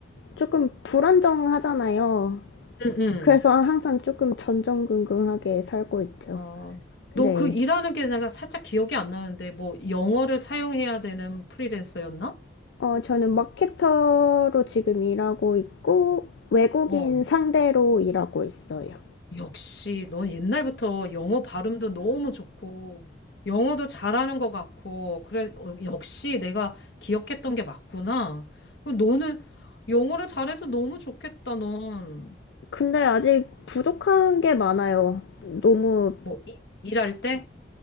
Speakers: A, on the left (about 85°); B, on the left (about 65°).
A: 조금 불안정하잖아요.
B: 응, 응.
A: 그래서 항상 조금 전전긍긍하게 살고 있죠.
B: 어, 너
A: 네.
B: 그 일하는 게 내가 살짝 기억이 안 나는데 뭐 영어를 사용해야 되는 프리랜서였나?
A: 어, 저는 마케터로 지금 일하고 있고, 외국인
B: 어.
A: 상대로 일하고 있어요.
B: 역시 넌 옛날부터 영어 발음도 너무 좋고 영어도 잘하는 것 같고 그래 어, 역시 내가 기억했던 게 맞구나. 너는 영어를 잘해서 너무 좋겠다, 넌.
A: 근데 아직 부족한 게 많아요. 너무,
B: 뭐, 이, 일할 때?